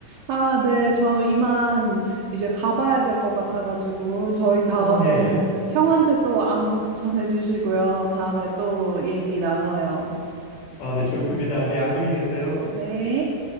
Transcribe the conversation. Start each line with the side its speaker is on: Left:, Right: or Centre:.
Right: 아, 네. 저 이만 이제 가봐야 될 것 같아가지고, 저희 다음에
Left: 아, 네.
Right: 형한테 또 안부 전해주시고요. 다음에 또 얘기 나눠요.
Left: 아, 네, 좋습니다. 네, 안녕히 계세요.
Right: 네.